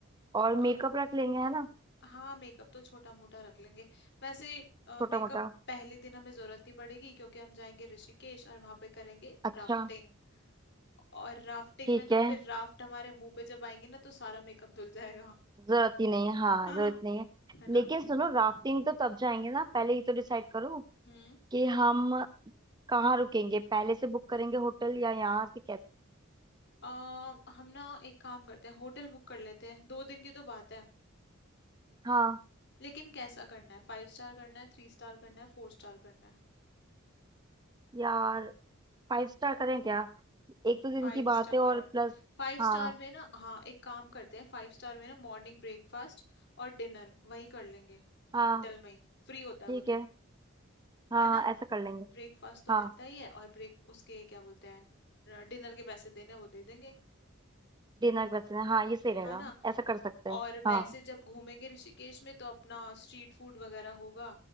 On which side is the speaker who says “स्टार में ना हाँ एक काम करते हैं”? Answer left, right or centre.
Left